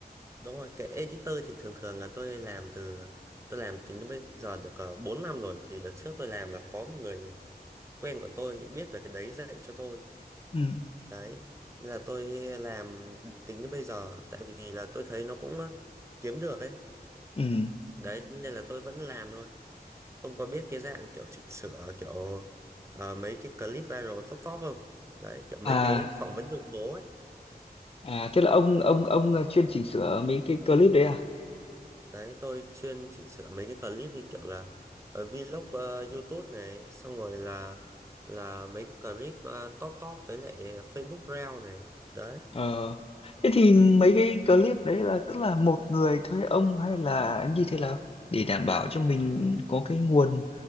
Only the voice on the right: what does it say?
đúng rồi, cái editor thì thường thường là tôi làm từ tôi làm tính đến bây giờ được uh, 4 năm rồi thì đợt trước tôi làm là có một người quen của tôi biết về cái đấy dạy cho tôi
đấy nên là tôi làm tính đến bây giờ tại vì là tôi thấy nó cũng ờ, kiếm được ấy
đấy nên là tôi vẫn làm thôi ông có biết cái dạng kiểu chỉnh sửa kiểu ờ, mấy cái clip viral top top không đấy kiểu mấy
cái phỏng vấn đường phố ấy
đấy tôi chuyên chỉnh sửa mấy cái clip như kiểu là ờ, vlog ờ, YouTube này xong rồi là là mấy cái clip ờ, top top với lại Facebook Reel này đấy